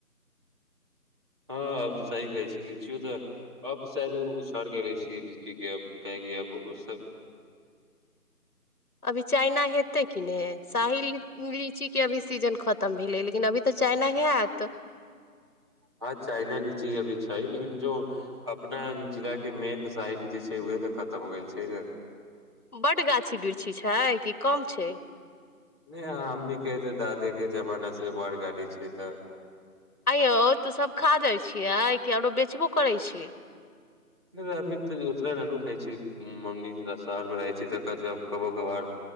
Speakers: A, on the right; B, on the left.
A: हँ अब सही कहै छै लिचियो तऽ अब शायद उछड़ के रहै छी लीची के अ काहेकि अब ओ सब
B: अभी चाइना हेतै कि नहि शाही लिच्ची अभी सीजन खत उतम भेलै लेकिन अी तऽ चाइना हयत तब
A: हँ चाइना लीची अभी छै लेकिन जो अपना जिलाके मेन साहि लीची छै उह तऽ खतम हो गेल छै ने
B: बड गाछी बृक्षि छै कि कम छै
A: नहि हमनीके तऽ दादे के जमाना से बड़ गाड़ी छै तऽ
B: अयौ तो सब खा जाइ छियै कि आरो बेचबो करै छियै
A: नहि आ्मी ततरा न <unintelligible> खाय छी मम्मी शहरमे रहै छी तऽ जब कभो कभार